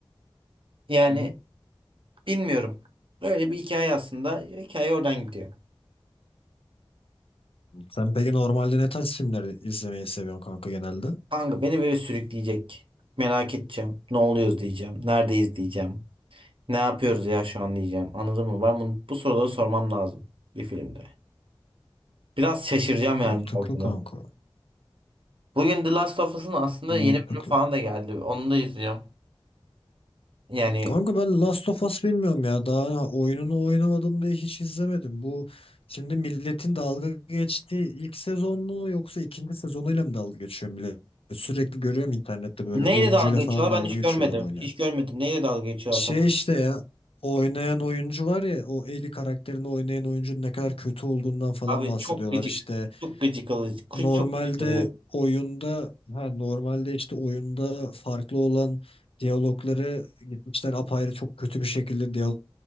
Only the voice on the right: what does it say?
Yani
bilmiyorum. Öyle bir hikaye aslında. Hikaye oradan gidiyor.
Kanka beni böyle sürükleyecek. Merak edeceğim. Ne oluyoruz diyeceğim. Neredeyiz diyeceğim. Ne yapıyoruz ya şu an diyeceğim. Anladın mı? Ben bunu, bu soruları sormam lazım bir filmde. Biraz şaşıracağım
yani ne olduğunu.
Bugün The Last of Us'ın aslında
yeni bölüm falan da geldi. Onu da izliyorum. Yani
neyle
dalga
geçiyorlar
ben hiç
görmedim.
Hiç görmedim. Neyle dalga geçiyorlar
tamam.
Abi
çok gıcık.
Çok gıcık alıcı.
Çok gıcık alıyor.